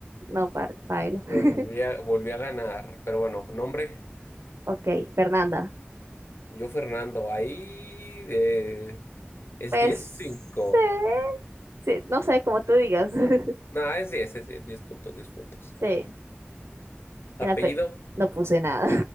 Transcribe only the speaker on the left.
Volví a, volví a ganar, pero bueno, nombre,
yo Fernando, ahí eh, es
10 o 5.
No, es 10, es 10, 10 puntos, diez puntos.
Apellido,